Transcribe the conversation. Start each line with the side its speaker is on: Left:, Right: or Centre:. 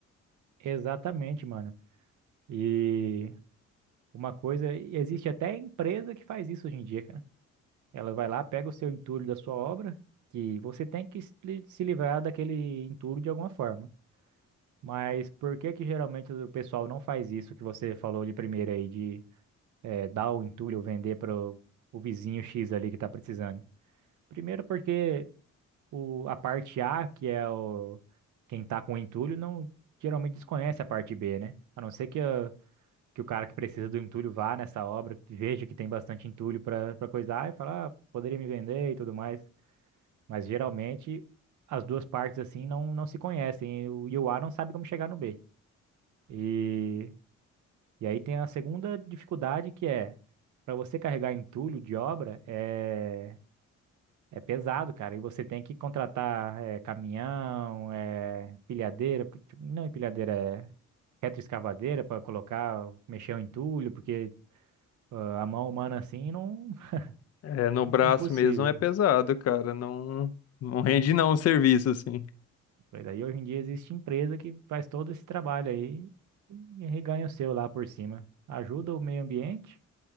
Right: exatamente, mano. E uma coisa, e existe até empresa que faz isso hoje em dia, cara. Ela vai lá, pega o seu entulho da sua obra, que você tem que se li- se livrar daquele entulho de alguma forma. Mas por que que geralmente o pessoal não faz isso que você falou de primeiro aí, de eh, dar o entulho ou vender para o vizinho X ali que tá precisando? Primeiro porque o, a parte A, que é o, quem tá com o entulho, não geralmente desconhece a parte B, né? A não ser que, a- que o cara que precisa do entulho vá nessa obra, que veja que tem bastante entulho pra para coisar e fala, ah, poderia me vender e tudo mais. Mas geralmente as duas partes assim não, não se conhecem e o, e o A não sabe como chegar no B. E, e aí tem a segunda dificuldade que é para você carregar entulho de obra, é é pesado, cara. E você tem que contratar eh, caminhão, eh, empilhadeira, porque, tipo, não empilhadeira, é retroescavadeira para colocar, mexer o entulho, porque ah, a mão humana assim não
Left: É, no
Right: <laughs>
Left: braço
Right: é impossível.
Left: mesmo é pesado, cara. Não, não rende não o serviço, assim.
Right: Pois aí hoje em dia existe empresa que faz todo esse trabalho aí e reganha o seu lá por cima. Ajuda o meio ambiente